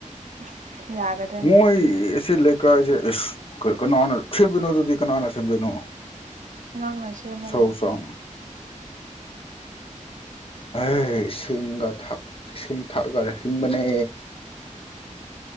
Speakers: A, on the right (about 70°); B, on the left (about 45°).
A: <unintelligible>
B: ꯃꯣꯏ ꯑꯁꯤ ꯂꯩꯀꯥꯏꯁꯦ ꯑꯁ ꯀꯅꯥꯅ ꯁꯦꯝꯗꯣꯏꯅꯣ ꯑꯗꯨꯗꯤ ꯀꯅꯥꯅ ꯁꯦꯝꯗꯣꯏꯅꯣ
A: ꯅꯪꯅ ꯁꯦꯝꯃꯨ
B: ꯁꯧ
A: ꯀꯩꯅꯣ
B: ꯁꯥꯡ ꯑꯦꯁ ꯏꯁꯤꯡꯒ ꯏꯁꯤꯡ ꯊꯛꯑꯒ ꯍꯤꯡꯕꯅꯦ